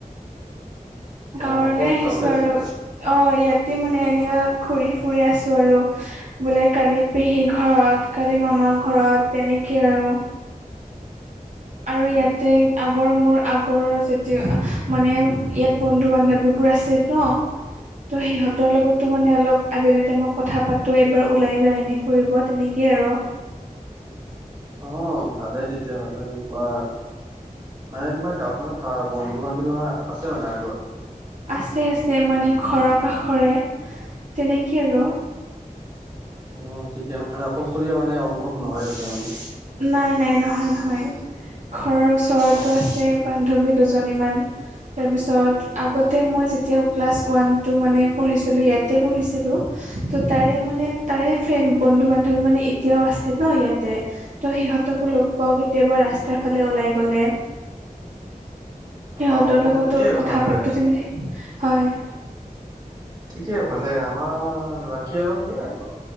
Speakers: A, on the right; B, on the right.
A: গাঁৱলৈ
B: অ', অকল
A: আহিছো
B: গাঁৱতে
A: আৰু
B: আছা?
A: অঁ ইয়াতে মানে এনে ঘূৰি ফুৰি আছো আৰু। বোলে কালি পেহীৰ ঘৰত, কালি মামাৰ ঘৰত তেনেকে আৰু। আৰু ইয়াতে আগৰ মোৰ আগৰ যেতিয়া মানে ইয়াত বন্ধু বান্ধৱীবোৰ আছে। ন। ত' সিহঁতৰ লগতো মানে অলপ আবিলতে মই কথা পাতো, এবাৰ ওলাই যাওঁ, এনেই ফুৰিব তেনেক- কে আৰু।
B: অঁ ভালেই তেতিয়াহ'লে এনেকুৱা। মানে তোমাৰ গাঁৱত মানে আ বন্ধু বান্ধৱী আছে মানে আগৰ।
A: আছে আছে মানে খৰৰ কাষৰে তেনেকৈ আৰু।
B: অঁ ঠিকে মানে অকলশৰীয়া মানে অনুভৱ নহয় তাতে মানে।
A: নাই নাই, নহয় নহয়। ঘৰৰ ওচৰত- ওচৰতটো
B: অ',
A: আছে বান্ধৱী দুজনীমান তাৰপিছত আগতে
B: অ',
A: মই- এতিয়াও ক্লাছ ওৱান টু মানে পঢ়িছিলোঁ ইয়াতে পঢ়িছিলোঁ। ত' তাৰে মানে তাৰে ফ্ৰেণ্ড বন্ধু বান্ধৱী মানে এতিয়াও আছে। আছে ন ইয়াতে, তো সিহঁতকো লগ পাওঁ কেতিয়াবা ৰাস্তাৰ ফালে ওলাই গ'লে। সিহঁতৰ
B: অ',
A: লগতো
B: ঠিকে
A: কথা
B: ভালে।
A: পাতোঁ যেনে হয়।
B: ঠিকে ভালে আমাৰ বাকী আৰু সেইয়াই